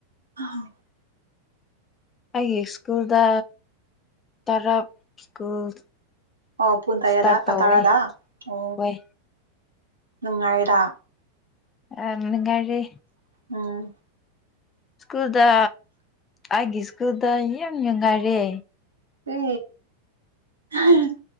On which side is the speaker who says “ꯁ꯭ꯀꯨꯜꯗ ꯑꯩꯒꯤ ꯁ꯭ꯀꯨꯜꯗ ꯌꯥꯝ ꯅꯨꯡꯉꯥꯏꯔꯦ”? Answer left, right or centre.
Left